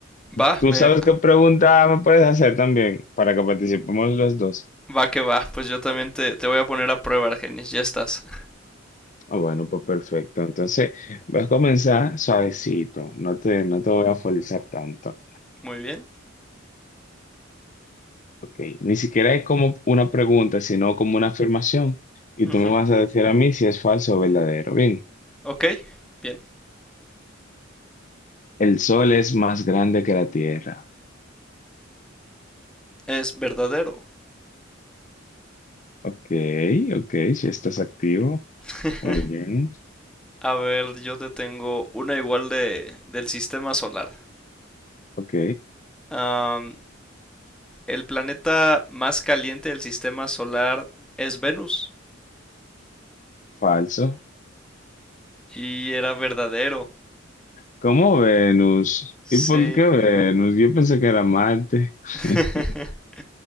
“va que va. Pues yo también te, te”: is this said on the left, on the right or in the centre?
Centre